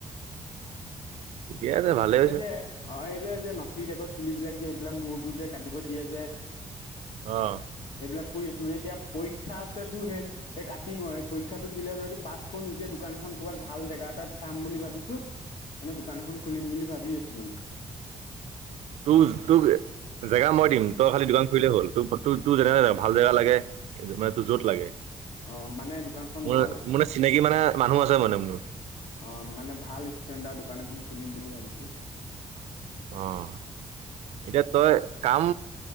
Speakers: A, on the left (about 70°); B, on the right (about 90°).
A: <unintelligible>
B: ঠিকে আছে ভালে হৈছে
A: এতিয়া আ', যে নকলি টাইপৰ চুলিবিলাক যে এইবিলাক মূৰটো যে কাটিব দিয়ে যে।
B: অহ,
A: বিলাক কৰি আছো মানে এতিয়া পৰীক্ষা আছে সেই স কাটিঙৰ স পৰক্ষো দিলে য পা কৰো নিজে দোকান <unintelligible> এখন ক'ৰবাত ভাল জেগা এটাত চাম বুলি ভাবিছোঁ। মানে দোকান এখন খুলিম বুলি ভাবি আছো মানে
B: <unintelligible> জেগা মই দিম তই খালি দোকান খুৰিলেই হ'ল তোৰোৰ তোৰ যেনে ভাল জেগা লাগে। মানে তোৰ য'ত লাগে।
A: অ মানে দোকানখন
B: মোৰ
A: ভাল
B: মোৰ মানে চিনাকি মানে মানুহ আছে মানে মোৰ।
A: অ, মানে ভাল ষ্টেণ্ডাৰ্ড দোকান এখন খুলিম বুলি ভাবিছো।
B: অ'। এতিয়া তই কাম